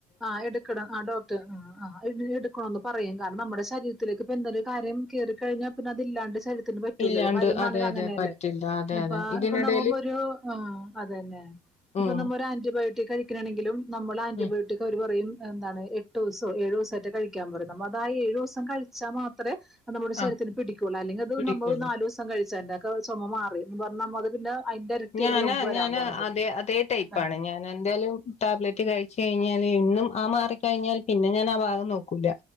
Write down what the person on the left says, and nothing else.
ഇല്ലാണ്ട്
അതെ അതെ
പറ്റില്ല അതെ
അതെ ഇതിനിടയില്
ഉം
ഉം
ആഹ്
പിടിക്കുള്ളൂ
ഞാനാ
ഞാന്
അതെ അതേ ടൈപ്പാണ്
ഞാന് എന്തേലും ടാബ്ലറ്റ് കഴിച്ച കഴിഞ്ഞാല് എന്നും ആ മാറിക്കഴിഞ്ഞാൽ പിന്നെ ഞാൻ ആ ഭാഗം നോക്കൂല